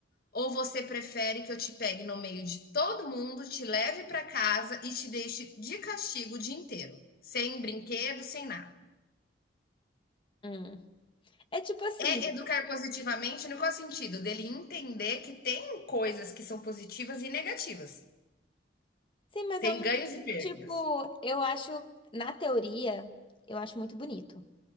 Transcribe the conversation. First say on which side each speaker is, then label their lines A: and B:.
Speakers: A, on the left (about 55°); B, on the left (about 30°).
A: Ou você prefere que eu te pegue no meio de todo mundo, te leve para casa e te deixe de castigo o dia inteiro, sem brinquedo, sem nada?
B: uhum. É tipo assim,
A: É educar positivamente no qual sentido? Dele entender que tem coisas que são positivas e negativas.
B: sim, mas
A: Tem
B: ao mesmo
A: ganhos e perdas.
B: tipo, eu acho, na teoria, eu acho muito bonito.